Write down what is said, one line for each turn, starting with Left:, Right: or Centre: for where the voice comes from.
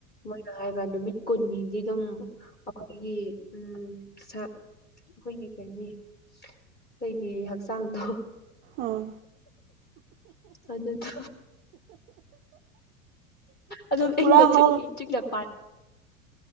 Left: ꯃꯣꯏꯅ ꯍꯥꯏꯕ ꯅꯨꯃꯤꯠ ꯀꯨꯟꯅꯤꯗꯤ ꯑꯗꯨꯝ ꯑꯩꯈꯣꯏꯒꯤ ꯎꯝ ꯑꯩꯈꯣꯏꯒꯤ ꯀꯩꯅꯤ ꯑꯩꯈꯣꯏꯒꯤ ꯍꯛꯆꯥꯡꯗꯣ
Right: ꯑꯥ
Left: ꯑꯗꯨꯗꯣ ꯑꯗꯣ ꯑꯍꯤꯡꯗ
Right: ꯄꯨꯔꯥ ꯍꯧ
Left: ꯆꯤꯛ ꯆꯤꯛꯂꯛꯄ